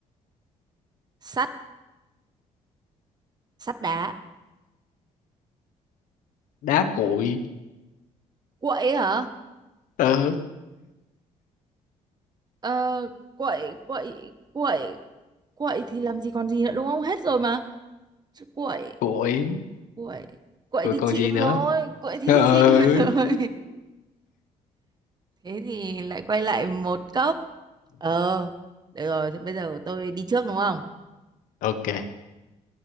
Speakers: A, on the right; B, on the left.
A: sắt sắt đá
B: đá cuội
A: quậy hả
B: ừ.
A: ờ quậy quậy quậy quậy thì làm gì còn gì nữa đúng không hết rồi mà Chứ quậy
B: cuội
A: quậy quậy
B: cuội
A: thì
B: còn
A: chịu
B: gì nữa
A: rồi quậy thì
B: ừ.
A: <laughs> chịu rồi thế thì lại quay lại một cốc ờ được rồi thế bây giờ tôi đi trước đúng không
B: ok